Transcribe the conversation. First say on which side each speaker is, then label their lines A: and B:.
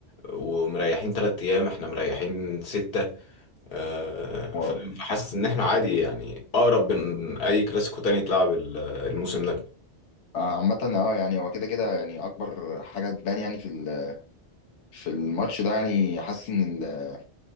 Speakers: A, on the left; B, on the left.
A: ومريحين تلات ايام احنا مريحين ستة آه،
B: واو
A: فاهم فحاسس ان احنا عادي يعني اقرب من اي كلاسيكو تاني اتلعب ال- الموسم ده
B: آه، عامة اه يعني هو كده كده يعني اكبر حاجة تبان يعني في ال- في الماتش ده يعني حاسس ان ال-